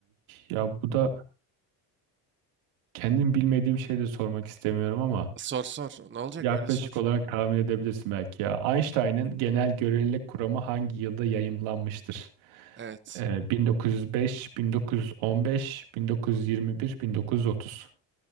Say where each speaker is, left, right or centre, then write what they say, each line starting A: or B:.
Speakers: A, on the right; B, on the right.
A: ya bu da kendim bilmediğim şey de sormak istemiyorum ama
B: Sor sor. Ne olacak?
A: Yaklaşık
B: Öyle sor.
A: olarak tahmin edebilirsin belki ya. Einstein'ın genel görelilik kuramı hangi yılda yayımlanmıştır?
B: Evet.
A: Ee, 1905, 1915, 1921, 1930.